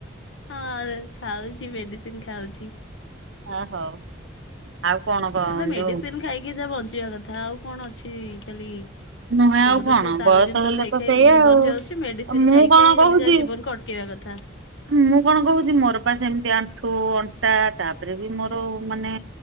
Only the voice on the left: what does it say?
ହଁ ଖାଉଚି ମେଡ଼ିସିନ୍ ଖାଉଛି।
ଏବେ ମେଡ଼ିସିନ୍
ଖାଇକି ଯା ବଞ୍ଚିବା କଥା ଆଉ କଣ ଅଛି ଖାଲି
ସବୁ
ତ ସେଇ ସାର
ଜିନିଷ
ଖାଇ
ଖାଇ
ଜୀବନ
ଯାଉଚି ମେଡ଼ିସିନ୍
ଖାଇ
ଖାଇ
ହେଲେ ଯାହା ଜୀବନ କଟ <unintelligible> କଥା।